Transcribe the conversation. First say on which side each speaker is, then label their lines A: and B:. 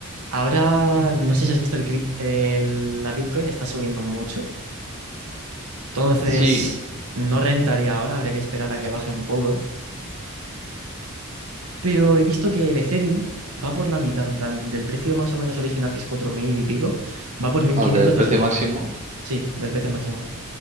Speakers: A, on the right (about 85°); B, on the right (about 35°).
A: Ahora, no sé si has visto el crip- el- la Bitcoin, está subiendo mucho, entonces
B: Sí,
A: no rentaría ahora, habría que esperar a que baje un poco, pero he visto que el Ethereum va por la mitad, en plan, del precio más o menos original, que es 4.000 y pico, va por mil
B: al
A: quinientos
B: del precio
A: dos mil
B: máximo.
A: sí, del precio máximo.